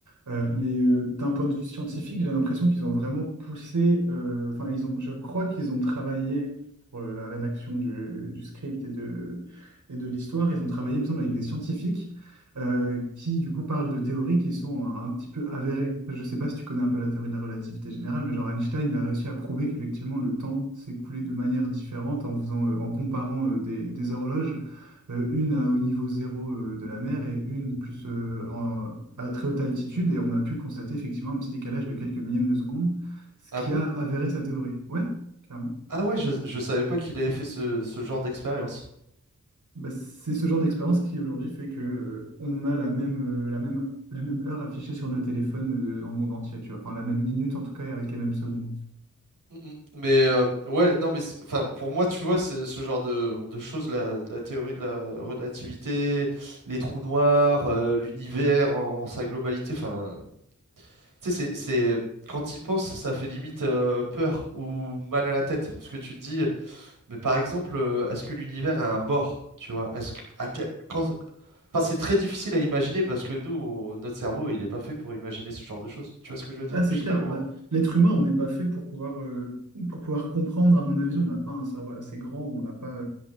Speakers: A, on the right; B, on the right.
A: Euh, mais euh, d'un point de vue scientifique, j'ai l'impression qu'ils ont vraiment poussé. euh, Enfin, ils ont. Je crois qu'ils ont travaillé pour euh, la rédaction du, du script et de et de l'histoire. Ils ont travaillé, il me semble, avec des scientifiques euh, qui, du coup, parlent de théories qui sont un, un petit peu avérées. Je sais pas si tu connais un peu la théorie de la relativité générale, mais genre Einstein, il a réussi à prouver qu'effectivement le temps s'écoulait de manière différente en faisant, euh, en comparant euh, des des horloges euh, une à au niveau zéro euh, de la mer et une plus euh, en- à très haute altitude. Et on a pu constater effectivement un petit décalage de quelques millièmes de seconde, ce
B: Ah
A: qui
B: bon?
A: a avéré sa théorie. Ouais, clairement.
B: Ah ouais, je, je savais pas qu'il avait fait ce, ce genre d'expérience.
A: Bah, c'est ce genre d'expérience qui aujourd'hui fait que euh, on a la même, euh, la même, la même heure affichée sur nos téléphones euh, dans le monde entier, tu vois. Enfin, la même minute en tout cas et avec les mêmes secondes.
B: Mm, mm. Mais euh, ouais, non, mais c'est- enfin, pour moi, tu vois, c'est ce genre de, de choses, la, la théorie de la relativité, les trous noirs, euh, l'univers en, en sa globalité, enfin, tu sais, c'est, c'est- quand y penses, ça fait limite euh, peur ou mal à la tête, parce que tu te dis, mais par exemple, euh, est-ce que l'univers a un bord, tu vois, est-ce que, à que- quand, enfin, c'est très difficile à imaginer parce que nous, on- notre cerveau, il est pas fait pour imaginer ce genre de choses. Tu vois ce que je veux dire?
A: Ah, c'est
B: Je
A: clair.
B: sais pas comment.
A: Bah, l'être humain, on n'est pas fait pour pouvoir, euh, pour pouvoir comprendre, à mon avis, on n'a pas un cerveau assez grand, on n'a pas